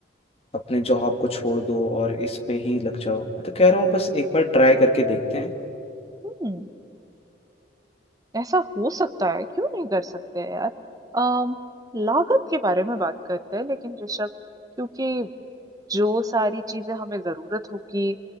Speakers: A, on the left; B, on the right.
A: अपने जॉब को छोड़ दो और इस पे ही लग जाओ मैं तो कह रहा हूँ बस एक बार ट्राई करके देखते हैं
B: हम्म ऐसा हो सकता है क्यों नहीं कर सकते हैं यार अम लागत के बारे में बात करते हैं लेकिन ऋषभ क्योंकि जो सारी चीजें हमें जरूरत होगी